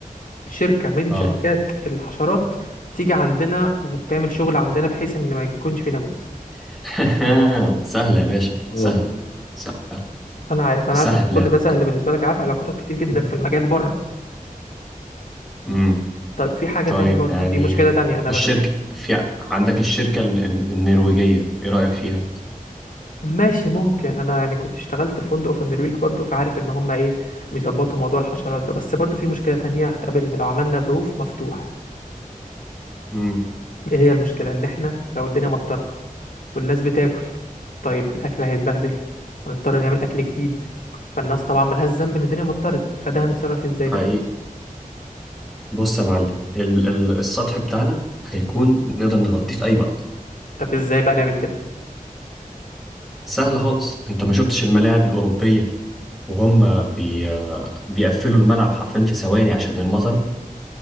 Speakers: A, on the left; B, in the centre.
A: شركة من
B: اه
A: شركات الحشرات تيجي عندنا وتعمل شغل عندنا بحيث ان ما يكونش في ناموس
B: <laughs> سهلة يا باشا
A: مم.
B: سهلة سهلة
A: انا عارف انا
B: سهلة
A: عارف ان كل ده سهل بالنسبة لك عارف علاقاتك كتير جدا في المجال بره
B: مم.
A: طيب في حاجة
B: طيب
A: تانية برضه
B: يعني
A: في مشكلة تانية انا
B: الشركة في عندك الشركة ال- الن- النرويجية ايه رأيك فيها؟
A: ماشي ممكن انا يعني كنت اشتغلت في فندق في النرويج برضو فعارف ان هم ايه بيظبطوا موضوع الحشرات ده بس برضو في مشكلة تانية هتقابلنا لو عملنا الروف مفتوح
B: مم.
A: ايه هي المشكلة ان احنا لو الدنيا مطرت والناس بتاكل طيب الاكل هيتبهدل هنضطر نعمل اكل جديد فالناس طبعا ملهاش ذنب ان الدنيا مطرت فده هنتصرف ازاي
B: حقيقي
A: بقى
B: بص يا معلم ال ال السطح بتاعنا هيكون نقدر نغطيه في أي وقت
A: طب ازاي بقى نعمل كده
B: سهل خالص انت ما شفتش الملاعب الأوروبية وهم بي بيقفلوا الملعب حرفيا في ثواني عشان المطر